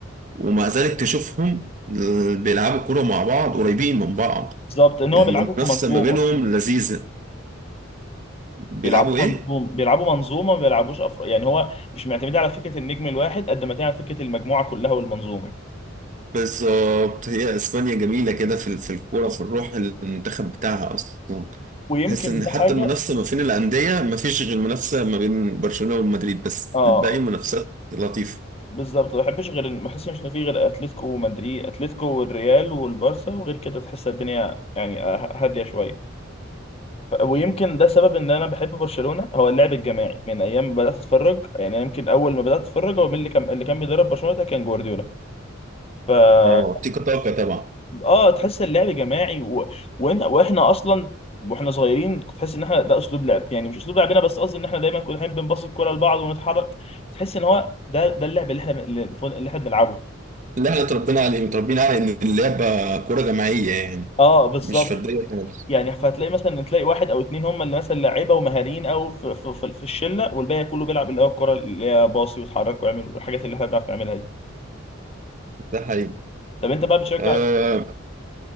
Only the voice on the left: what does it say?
بالظبط ان هو
بيلعبوا كمنظومه
بيلعبوا
منظوم بيلعبوا منظومه ما بيلعبوش افراد يعني هو مش معتمدين على فكره النجم الواحد قد ما تعمل فكره المجموعه كلها والمنظومه
ويمكن
ده
حاجه
اه
بالظبط ما بحبش غير ما بحسش ان في غير اتلتيكو ومدريد اتلتيكو والريال والبارسا وغير كده تحس الدنيا يعني ه- هاديه شويه ف- ويمكن ده سبب ان انا بحب برشلونه هو اللعب الجماعي من ايام ما بدات اتفرج يعني أنا يمكن اول ما بدات اتفرج هو مين اللي كان اللي كان بيدرب برشلونه ده كان جوارديولا ف اه
آه، تحس اللعب جماعي و... وإن... واحنا اصلا واحنا صغيرين كنت تحس ان احنا ده اسلوب لعب يعني مش اسلوب لعبنا بس قصدي ان احنا دايما كنا بنبص الكوره لبعض ونتحرك تحس ان هو ده ده اللعب اللي احنا اللي اللي احنا بنلعبه
اه بالظبط
يعني فتلاقي مثلا تلاقي واحد او اتنين هم اللي مثلا لعيبه ومهاريين او في, في, في, في الشله والباقي كله بيلعب اللي هو الكره اللي هي باصي ويتحرك ويعمل الحاجات اللي احنا بنعرف نعملها دي
طب انت بقى بتشجع